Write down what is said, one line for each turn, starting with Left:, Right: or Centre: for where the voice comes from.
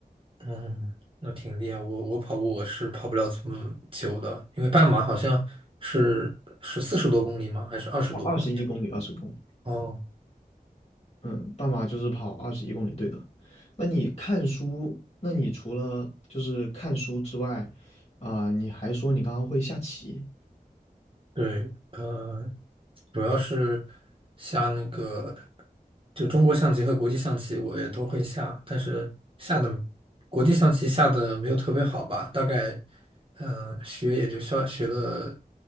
Right: 嗯，那挺厉害。我我跑步我是跑不了这么久的，因为半马好像是是四十多公里吗？还是二十多公里啊？
Left: 二十一公里、二十公里。
Right: 哦，
Left: 嗯，半马就是跑二十一公里，对的。那你看书，那你除了就是看书之外，啊、你还说你刚刚会下棋。
Right: 对，呃，主要是下那个就中国象棋和国际象棋我也都会下，但是下的国际象棋下的没有特别好吧，大概嗯、呃学也就学学了